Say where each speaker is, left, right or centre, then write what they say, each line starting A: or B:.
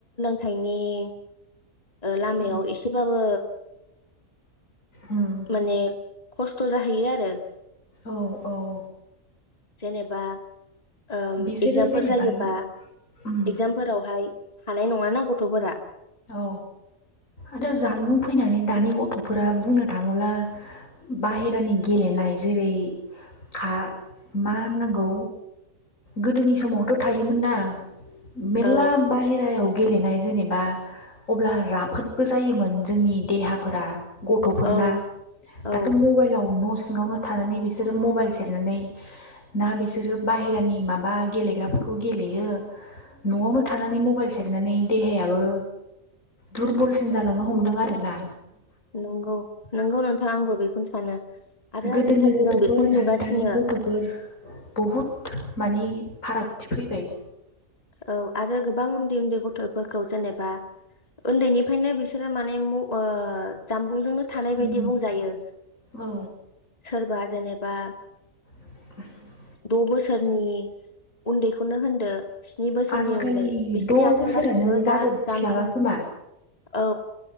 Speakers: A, on the left; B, on the left.
A: फिथाइनि लामायाव
B: उम
A: एसेबाबो
B: उम
A: माने खस्थ' जाहैयो आरो।
B: औ औ
A: जेनेबा ओ
B: बिसोरो
A: इगजामफोर
B: जेनेबा
A: जायोबा
B: उम
A: इगजामफोरावहाय हानाय नङाना गथ'फोरा।
B: औ आरो जानबुं फैनानै दानि गथ'फोरा बुंनो थाङोब्ला बाहेरानि गेलेनाय जेरै खा मा होननांगौ गोदोनि समावथ' थायोमोन ना मेरला
A: औ
B: बाहेरायाव गेलेनाय जेनेबा अब्ला राफोदबो जायोमोन जोंनि देहाफोरा। गथ'फोरना
A: औ औ
B: दाथ' मबाइलाव न' सिङावनो थानानै बिसोरो मबाइल सेरनानै ना बिसोरो बाहेरानि माबा गेलेग्राफोरखौ गेलेयो न'आवनो थानानै मबाइल सेरनानै देहायाबो दुरबलसिन जालांनो हमदों आरो ना।
A: नंगौ नंगौ नोंथां आंबो बेखौनो सानो। आरो
B: गोदोनि
A: आजिखालि
B: गथ'फोर
A: जों बेखौनो
B: दानि
A: नुगासिनो
B: दानि गथ'फोर बहुथ मानि फारागथि फैबाय।
A: औ आरो गोबां उन्दै उन्दै गथ' फोरखौ जेनेबा ओन्दैनिफ्रायनो बिसोरो माने म ओ जामबुंजोंनो थानाय बायदि
B: उम
A: बुंजायो।
B: औ
A: सोरबा जेनेबा
B: <inaudible>
A: द' बोसोरनि उन्दैखौनो होनदो स्नि बोसोरनि
B: आजिखालि
A: उन्दै बिसनि
B: द'
A: आखायाव
B: बोसोरानो
A: गासिबो
B: जाजोबस्लाबा
A: दा जामबुं
B: खोमा
A: औ